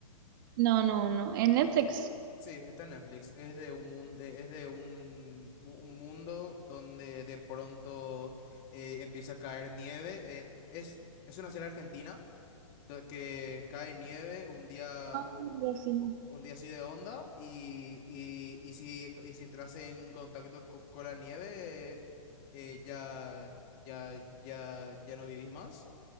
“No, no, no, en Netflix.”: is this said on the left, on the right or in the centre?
Right